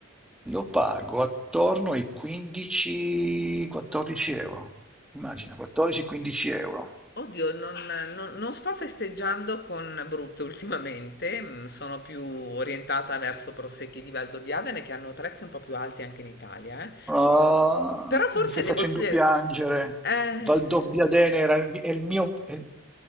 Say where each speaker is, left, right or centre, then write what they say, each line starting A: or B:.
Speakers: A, in the centre; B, on the left (about 50°).
A: Lo pago attorno ai 15-14 euro. Immagina, 14-15 euro.
B: Oddio, non, non- non sto festeggiando con Brut ultimamente, mm, sono più orientata verso prosecchi di Valdobbiadene che hanno prezzi un po' più alti anche in Italia, eh.
A: Ah,
B: Però forse
A: mi stai
B: le
A: facendo
B: bottiglie...
A: piangere.
B: Eh,
A: Valdobbiadene
B: sì.
A: era il, mi- è il mio, è,